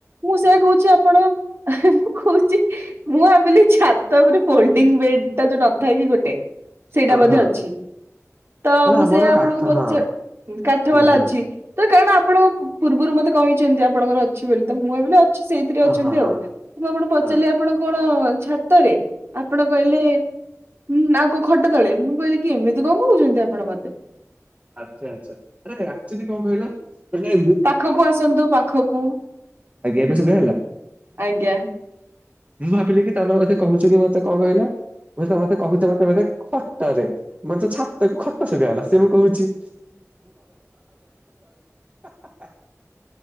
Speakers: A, on the right (about 50°); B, on the right (about 25°).
A: ମୁଁ ସେୟଆ କହୁଛି ଆପଣ ମୁଁ କହୁଛି ମୁଁ ଭାବିଲି ଛାତ ଉପରେ ଫୋଲ୍ଡିଂ ବେଡ ଟା ଯୋଉ ନଥାଏ କି ଗୋଟେ ସେଇଟା
B: ହଁ
A: ମଧ୍ୟ
B: ହଁ
A: ଅଛି ତ
B: ନା
A: ମୁଁ
B: ଆମର
A: ସେଇ ଆପଣଙ୍କୁ
B: କାଠ
A: ପଚ
B: ହଁ
A: କାଠ
B: ହୁଁ
A: ବାଲା
B: ହୁଁ
A: ଅଛି। ତ କାରଣ ଆପଣ ପୂର୍ବରୁ ମତେ କହିଛନ୍ତି ଆପଣଙ୍କର ଅଛି ବୋଲି ତ ମୁଁ ଭାବିଲି ଆ ଛି ସେଇଥିରେ
B: ହଁ
A: ଅଛନ୍ତି
B: ହଁ ହଁ
A: ଆଉ ତ ଆପଣ ପଚାରିଲେ
B: ହଁ
A: ଆପଣ କଣ ଛାତରେ? ଆପଣ କହିଲେ ଉଁ ଆଉ କ ଖଟ ତଳେ ମୁଁ କହିଲି କି ଏମିତି କଣ କହୁଛନ୍ତି ଆପଣ ମତେ।
B: ଆଚ୍ଛା ଆଚ୍ଛା ଆରେ ଆକ୍ଚଲି କଣ କହିଲ? ଆଜ୍ଞା
A: ପାଖକୁ ଆସନ୍ତୁ ପାଖକୁ
B: ଏବେ ସୁବା ହେଲା।
A: ଆଜ୍ଞା।
B: ମୁଁ ଭାବିଲି କି ତମେ ବୋଧେ କହୁଛ କି ମତେ କଣ କହିଲ? ବୁଝିଲ ମତେ କହୁଛ ମତେ ବୋଧେ ଖଟ ରେ ମତେ ଛାତକୁ ଖଟ ଶୁବାଗଲା ସେଏ ମୁଁ କହୁଛି <unintelligible>